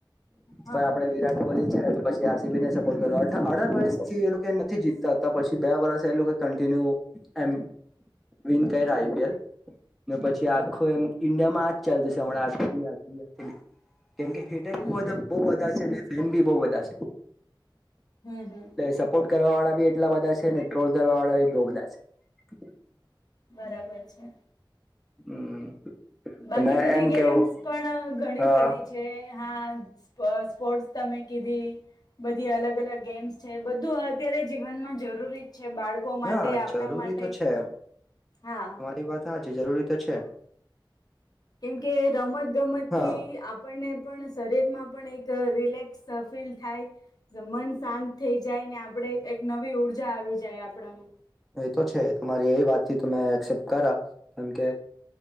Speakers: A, on the left; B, in the centre.
A: હા
B: પણ
A: હા
B: આપડે વિરાટ કોહલી છે પછી આરસીબી ને સપોર્ટ કર્યો અઢાર વર્ષથી એ લોકો નથી જીતતા હતા પછી બે વર્ષ એ લોકો કન્ટિન્યુ એમ વિન કર આઈપીએલ પછી આખો એમ ઈન્ડિયામાં આજ ચાલતું છે કેમ કે હેટર બી
A: હમ
B: બહું બધા છે અને ફેન બી બહું બધા છે
A: હમ હમ
B: એ સપોર્ટ કરવા વાળા બી એટલા બધા છે ને ટ્રોલ કરવા વાળા બી બહું બધા છે <inaudible>
A: બરાબર છે
B: <inaudible>
A: બાકી
B: તમે
A: બધી
B: એમ
A: ગેમ્સ
B: કેવું
A: પણ ઘણી
B: હા
A: બધી છે હા સ્પ સ્પોર્ટ્સ તમે કીધી બધી અલગ અલગ ગેમ્સ છે બધું અત્યારે જીવનમાં જરૂરી છે બાળકો માટે
B: હા
A: આપડા
B: જરૂરી
A: માટે
B: તો છે
A: હા
B: તમારી વાત હા છે જરૂરી તો છે
A: કેમ કે રમત ગમત
B: હા
A: થી આપણને પણ શરીરમાં પણ એક ચરિલેક્સ ફીલ થાય જમન શાંત થઈ જાય ને આપડે એક નવી ઉર્જા આવી જાય આપડામાં
B: એ તો છે તમારી એ વાતથી તમે એક્સેપ્ટ કરા કેમકે